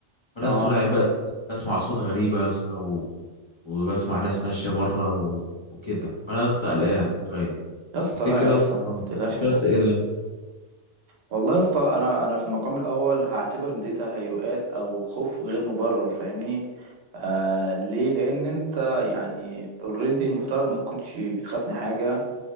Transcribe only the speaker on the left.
فانا
اصلا انا قاعد ب- بسمع اصوات غريبه يا اسطى وبسمع ناس ماشيه بره و... وكده انا يا اسطى قلقان خايف
تفتكر
يا
اسطى
تفتكر
يا اسطى
ايه ده يا اسطى